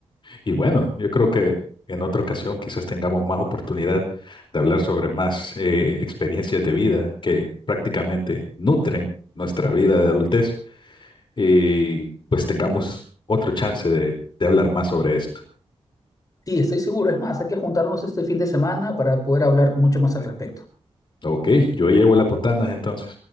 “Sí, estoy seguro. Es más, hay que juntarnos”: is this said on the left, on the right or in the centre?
Left